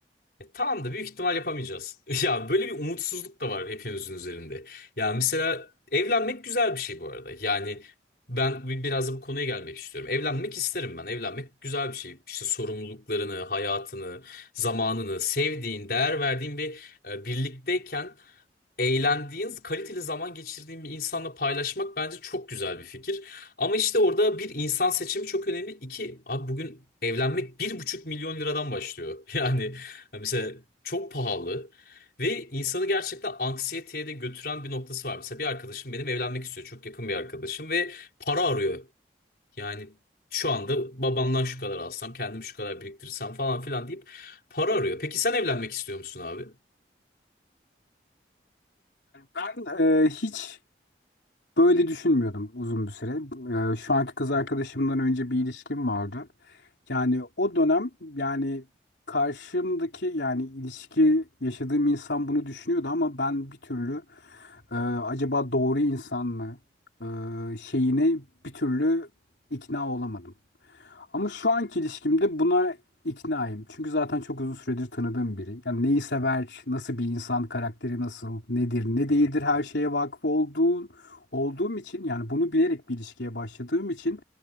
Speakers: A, on the left (about 55°); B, on the left (about 80°).
A: E, tamam da büyük ihtimal yapamayacağız. <laughs> Ya böyle bir umutsuzluk da var hepimizin üzerinde. Ya mesela evlenmek güzel bir şey bu arada. Yani ben bi- biraz da bu konuya gelmek istiyorum. Evlenmek isterim ben. Evlenmek güzel bir şey. İşte sorumluluklarını, hayatını, zamanını, sevdiğin, değer verdiğin bir e, birlikteyken eğlendiğin, kaliteli zaman geçirdiğin bir insanla paylaşmak bence çok güzel bir fikir. Ama işte orada bir insan seçimi çok önemli. İki, abi bugün evlenmek bir buçuk milyon liradan başlıyor. <laughs> Yani mesela çok pahalı. Ve insanı gerçekten anksiyeteye de götüren bir noktası var. Mesela bir arkadaşım benim evlenmek istiyor. Çok yakın bir arkadaşım ve para arıyor. Yani şu anda babamdan şu kadar alsam, kendim şu kadar biriktirsem falan filan deyip para arıyor. Peki sen evlenmek istiyor musun abi?
B: Ben e, hiç Böyle düşünmüyordum uzun bir süre. Ee, şu anki kız arkadaşımdan önce bir ilişkim vardı. Yani o dönem yani karşımdaki yani ilişki yaşadığım insan bunu düşünüyordu ama ben bir türlü e, acaba doğru insan mı e, şeyine bir türlü ikna olamadım. Ama şu anki ilişkimde buna iknaayım. Çünkü zaten çok uzun süredir tanıdığım biri. Yani neyi sever, nasıl bir insan, karakteri nasıl, nedir, ne değildir her şeye vakıf olduğu, olduğum için yani bunu bilerek bir ilişkiye başladığım için